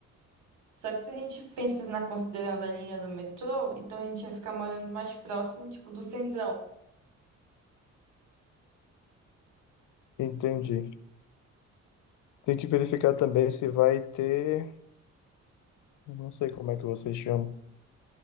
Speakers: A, on the right; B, on the left.
A: Só que se a gente pensa na considerando a linha do metrô, então a gente ia ficar morando mais próximo, tipo, do centrão.
B: Entendi. Tem que verificar também se vai ter, não sei como é que vocês chamam,